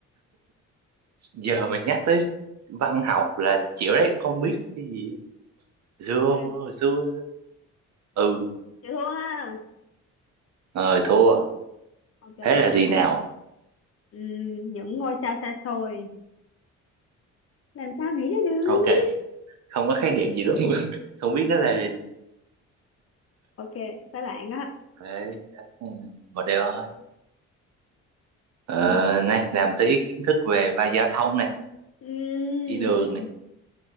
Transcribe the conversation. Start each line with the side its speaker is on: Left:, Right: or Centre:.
Right: giờ mình nhắc tới văn học là chịu đấy không biết một cái gì á. xưa
Left: <laughs> ok
Right: xưa ừ
Left: chị thua ha
Right: rồi thua
Left: ok
Right: thế là
Left: để
Right: gì nào
Left: ừm, những ngôi sao xa xôi làm sao nghĩ ra được
Right: ok không có khái niệm gì lắm <laughs> không biết nó là gì
Left: ok các bạn á
Right: Thế, ừ, một điều thôi ờ,
Left: Ừm,
Right: này làm tí kiến thức về va giao thông nè
Left: ừm,
Right: đi đường nè